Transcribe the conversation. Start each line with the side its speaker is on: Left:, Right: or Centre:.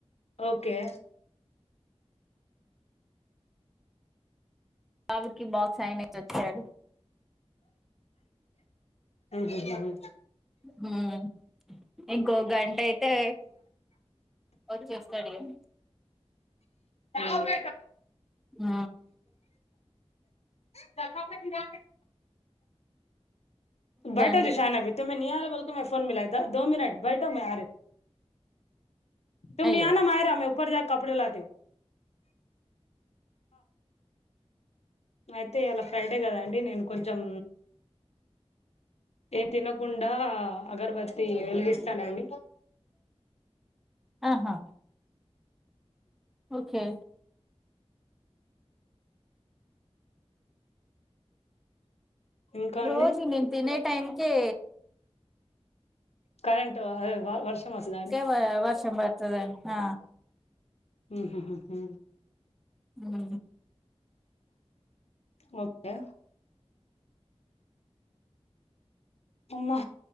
Left: ఓకే
Centre: బాబుకి బాక్స్ ఆయనే ఇచ్చొచ్చాడు
Left: మ్మ్ హు హు హు
Centre: మ్మ్ ఇంకో గంట అయితే వచ్చేస్తాడు ఇగ
Left: మ్మ్
Centre: ఆ
Left: దఫ దలా
Centre: ఓకే
Left: బాఠో
Centre: అండి
Left: జీ ాన అభ త మ నీాల బోల్క మ ఫోన్ మలాయో మిన బెఠో మ అ రే తుమ
Centre: అయ్యో
Left: న ఆనా మ మాయరా మ పర్ జ కడేలాా అయితే ఇయాల ఫ్రైడే కదండి నేను కొంచెం ఏం తినకుండా అగరబతి వెలిగిస్తానండి
Centre: అహా హా ఓకే
Left: ఇంకా
Centre: రోజు
Left: అండి
Centre: నేను తినే టైమ్ కే
Left: కరెంట్ అదే వ వర్షం వస్తాదండి
Centre: పోయే వర్షం పడుతది ఆహ్
Left: ఈ హు హు
Centre: ఉ
Left: ఓకే అమ్మా